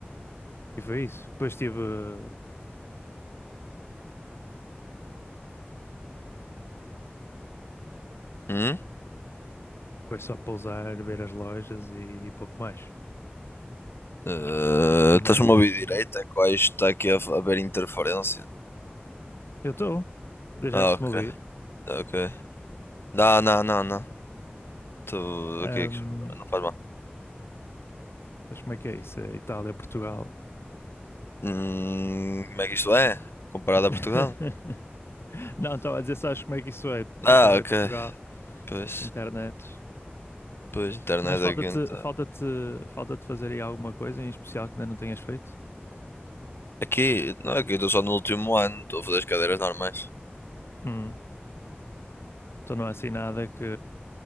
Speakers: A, on the left (about 90°); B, on the left (about 75°).
A: E foi isso. Depois tive eh,
B: Hum?
A: Foi só pousar, ver as lojas e pouco mais.
B: Eh,
A: Mas.
B: estás-me a ouvir direito? É que hoje está aqui a a haver interferência.
A: Eu estou. Deixaste-me
B: Ah, ok,
A: ouvir.
B: Tá, ok. Não, não, não, não. Tu,
A: Ahm,
B: ok, que problema, não faz mal.
A: mas como é que é isso? É Itália, Portugal.
B: Hum, como é que isto é? Comparado
A: <laughs>
B: a Portugal?
A: Não, estava a dizer, sabes como é que isso é?
B: Ah,
A: Itália,
B: ok.
A: Portugal,
B: Pois,
A: internet.
B: pois, internet
A: Mas falta-te,
B: aqui então.
A: falta-te, falta-te fazer aí alguma coisa em especial que ainda não tenhas feito?
B: Aqui, não, aqui eu estou só no último ano, estou a fazer as cadeiras normais.
A: Hum. Então não há assim nada que,